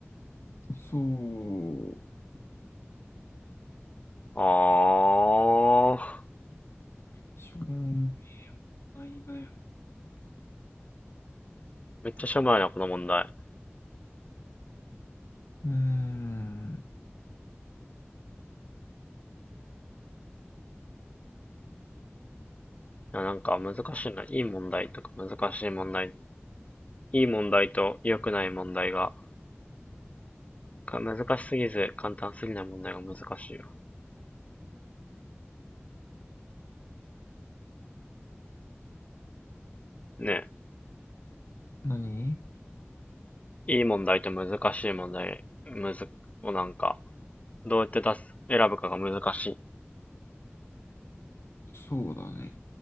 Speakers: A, on the left (about 70°); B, on the left (about 30°).
A: そう。
B: あー。
A: しょうがないだよ
B: めっちゃしょうもないな、この問題。
A: うーん、
B: いやなんか難しいな。いい問題とか難しい問題。いい問題と良くない問題が、か難しすぎず簡単すぎない問題が難しいよ。ね
A: 何
B: え。いい問題と難しい問題、むず、をなんか、どうやって出す、選ぶかが難しい。
A: そうだね。